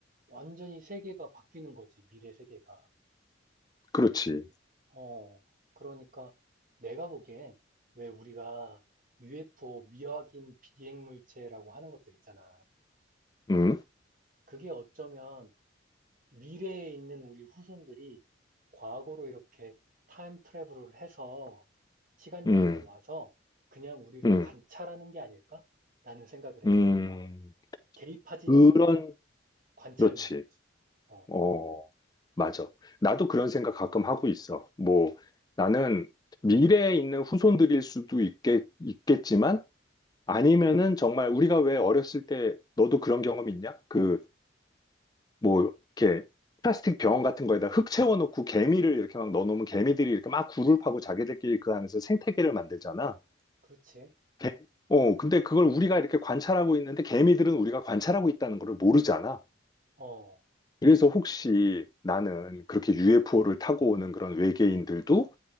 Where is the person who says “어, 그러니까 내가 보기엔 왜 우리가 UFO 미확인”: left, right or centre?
Right